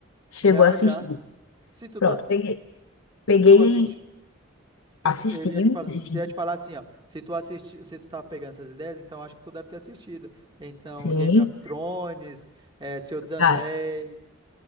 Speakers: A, on the left; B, on the right.
A: chegou
B: Já,
A: a assistir.
B: já. Se tu
A: Pronto,
B: tá,
A: peguei, peguei,
B: tu assiste, pô,
A: assisti,
B: eu ia te falar,
A: assisti,
B: eu ia te falar assim, ó. Se tu assistir, se tu tá pegando essas ideias, então acho que tu deve ter assistido. Então,
A: sim,
B: Game of Thrones, é, Senhor dos Anéis,
A: cara,